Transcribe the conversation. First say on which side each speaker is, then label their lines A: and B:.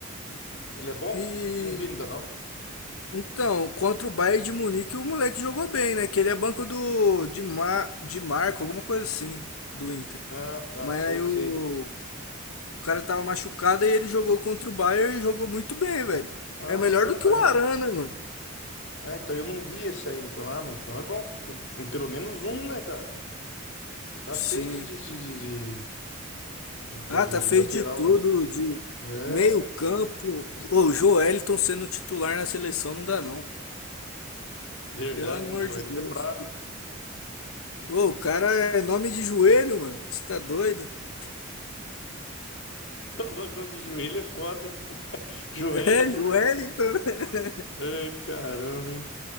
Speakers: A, on the left; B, on the left.
A: Ele é bom?
B: E
A: Não vi ainda não.
B: Então, contra o Bayern de Munique, o moleque jogou bem, né? Que ele é banco do de, Mar, de Marco, alguma coisa assim, do Inter.
A: Ah, tá,
B: Mas
A: sei,
B: aí o,
A: sei.
B: o cara tava machucado e ele jogou contra o Bayern e jogou muito bem, velho.
A: Ah,
B: É melhor
A: então,
B: do que
A: cara,
B: o
A: eu
B: Arana,
A: não.
B: né, mano.
A: Ah, então eu não vi esse aí, então. Ah, mas então é bom, porque tem p- pelo menos um, né, cara? Que tá
B: Sim.
A: feio de, de, de, de, de, vo-
B: Ah,
A: de-
B: tá
A: de
B: feio
A: lateral.
B: de tudo, de
A: É,
B: meio campo. Ô, o Joelinton sendo titular na seleção não dá não.
A: verdade,
B: Pelo amor
A: hein? Joelito
B: de Deus.
A: é brabo, hein?
B: Ô, o cara é nome de joelho, mano. Você tá doido? <laughs>
A: <laughs> O louco não de joelho é foda, hein? Joelito,
B: É, Joelinton,
A: né?
B: né?
A: Ai, caramba, hein?